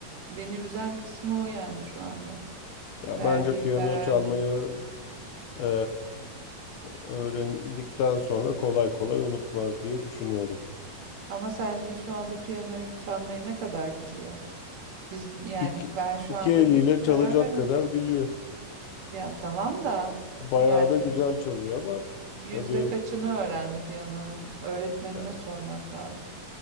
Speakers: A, on the right; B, on the left.
A: beni üzen kısmı o yani şu anda
B: Ya
A: verdiği
B: bence piyano
A: karar.
B: çalmayı e, öğrendikten sonra kolay kolay unutmaz diye düşünüyorum.
A: Ama sence şu anda piyanoyu çalmayı ne kadar biliyor? Biz yani
B: İki,
A: ben şu
B: iki
A: anda
B: eliyle
A: karar
B: çalacak
A: veririm.
B: kadar biliyor.
A: Ya tamam da o-
B: Bayağı
A: yani
B: da güzel çalıyor ama
A: yüzde
B: tabii
A: kaçını öğrendi piyanonun? Öğretmenine
B: yani
A: sormak lazım.